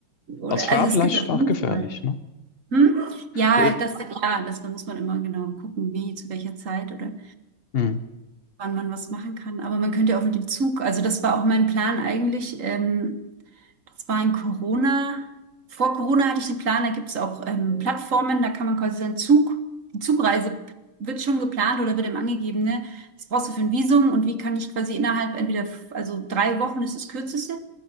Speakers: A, on the right; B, on the left.
A: oder
B: Als Frau
A: also
B: vielleicht
A: es gibt auf
B: auch
A: jeden
B: gefährlich,
A: Fall.
B: ne?
A: Hm? Ja,
B: Äh,
A: das, ja, das, da muss man immer genau gucken, wie, zu welcher Zeit oder
B: Mhm.
A: wann man was machen kann. Aber man könnte ja auch mit dem Zug, also das war auch mein Plan eigentlich. Ähm, das war in Corona. Vor Corona hatte ich den Plan, da gibt es auch ähm, Plattformen, da kann man quasi seinen Zug, die Zugreise wird schon geplant oder wird eben angegeben, ne? Was brauchst du für ein Visum und wie kann ich quasi innerhalb entweder, also drei Wochen ist das Kürzeste,